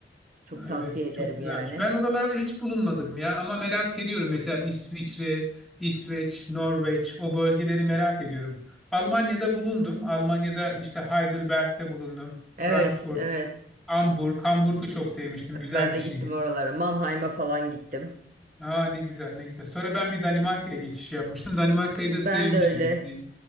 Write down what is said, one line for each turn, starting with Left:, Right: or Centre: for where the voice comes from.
Right: Çok tavsiye
Centre: Evet.
Right: ederim
Centre: Çok güzelmiş.
Right: yani.
Centre: Ben oralarda hiç bulunmadım ya ama merak ediyorum. Mesela İsviçre, İsveç, Norveç o bölgeleri merak ediyorum. Almanya'da bulundum. Almanya'da işte Heidelberg'de bulundum.
Right: Evet,
Centre: Frankfurt,
Right: evet.
Centre: Hamburg. Hamburg'u çok sevmiştim. Güzel
Right: Ben de
Centre: bir şehir.
Right: gittim oralara. Mannheim'a falan gittim.
Centre: Aa ne güzel ne güzel. Sonra ben bir Danimarka'ya geçiş yapmıştım. Danimarka'yı
Right: Ben
Centre: da sevmiştim.
Right: de öyle.
Centre: Yani